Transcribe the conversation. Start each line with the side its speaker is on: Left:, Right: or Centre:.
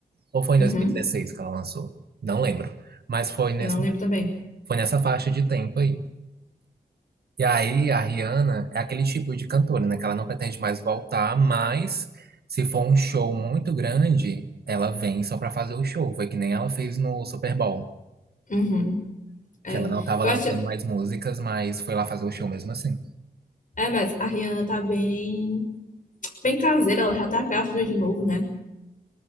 Right: Ou foi em
Left: Uhum.
Right: 2016 que ela lançou? Não lembro. Mas foi nessa,
Left: Não lembro também.
Right: foi nessa faixa de tempo aí. E aí, a Rihanna é aquele tipo de cantora, né? Que ela não pretende mais voltar, mas se for um show muito grande, ela vem só pra fazer o show. Foi que nem ela fez no Super Bowl,
Left: Uhum. É.
Right: que ela não tava
Left: Eu
Right: lançando
Left: acho.
Right: mais músicas, mas foi lá fazer o show mesmo assim.
Left: É, mas a Rihanna tá bem. bem caseira, ela já tá grávida de novo, né?